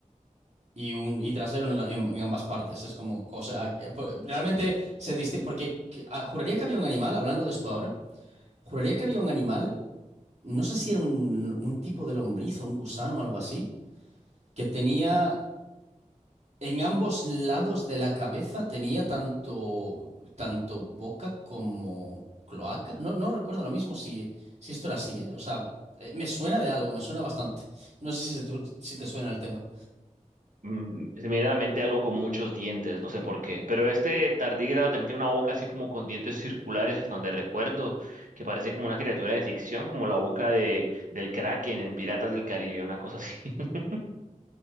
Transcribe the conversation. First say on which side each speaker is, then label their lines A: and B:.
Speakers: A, on the right; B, on the right.
A: y un y trasero en, la- en- en ambas partes. Es como cosa que- po- realmente se distingue porque que- ah, juraría que había un animal, hablando de esto ahora, juraría que había un animal, no sé si era un, un tipo de lombriz o un gusano o algo así, que tenía En ambos lados de la cabeza tenía tanto, tanto boca como cloaca. No, no recuerdo ahora mismo si, si esto era así, ¿eh? O sea, eh, me suena de algo, me suena bastante. No sé si, se tu- si te suena el tema.
B: mm, se me viene a la mente algo con muchos dientes, no sé por qué. Pero este tardígrado también tiene una boca así como con dientes circulares, hasta donde recuerdo, que parece como una criatura de ficción, como la boca de, del Kraken en Piratas del Caribe, una cosa así, <laughs>